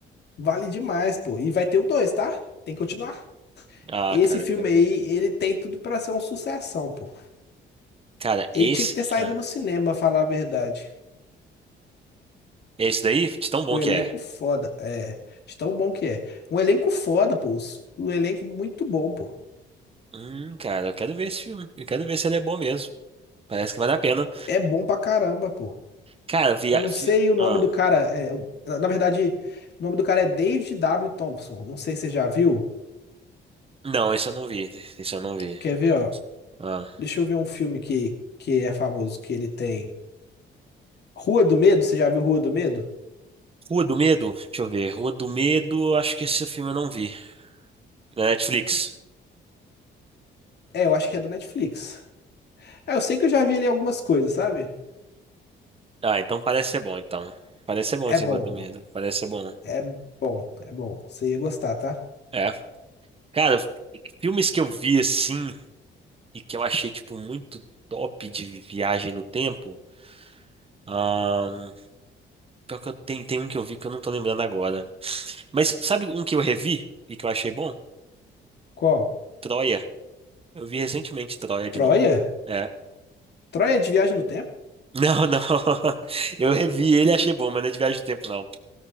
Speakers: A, on the left; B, on the right.
A: Vale demais, pô. E vai ter o dois, tá? Tem que continuar.
B: Ah,
A: Esse
B: cara,
A: filme
B: eu quero
A: aí,
B: ver.
A: ele tem tudo pra ser uma sucessão, pô.
B: Cara, esse,
A: Ele tinha que ter saído
B: ah,
A: no cinema, falar a verdade.
B: esse daí, de tão bom
A: O
B: que
A: elenco
B: é.
A: foda, é. De tão bom que é. Um elenco foda, pô. Os- Um elenco muito bom, pô.
B: Hum, cara, eu quero ver esse filme. Eu quero ver se ele é bom mesmo. Parece que vale a pena.
A: É bom pra caramba, pô.
B: Cara, via...
A: Eu não
B: fi-
A: sei o nome
B: Ah,
A: do cara. É, o- na na verdade, o nome do cara é David W. Thompson. Não sei se você já viu.
B: não, esse eu não vi. Esse eu não vi.
A: Quer ver, ó?
B: Ah.
A: Deixa eu ver um filme que, que é famoso, que ele tem. Rua do Medo, você já viu Rua do Medo?
B: Rua do Medo? Deixa eu ver. Rua do Medo, acho que esse filme eu não vi. Na Netflix.
A: É, eu acho que é da Netflix. É, eu sei que eu já vi ali algumas coisas, sabe?
B: Ah, então parece ser bom, então. Parece ser bom
A: É
B: esse
A: bom,
B: Rua do
A: pô.
B: Medo. Parece ser bom.
A: É bom, é bom. Você ia gostar, tá?
B: É. Cara, filmes que eu vi assim e que eu achei, tipo, muito top de viagem no tempo. ahn, pior que eu tenho, tem um que eu vi que eu não tô lembrando agora. Mas sabe um que eu revi e que eu achei bom?
A: Qual?
B: Troia. Eu vi recentemente Troia de
A: Troia?
B: novo. É.
A: Troia é de Viagem no Tempo?
B: Não, não. <laughs> Eu revi ele e achei bom, mas não é de viagem do tempo, não.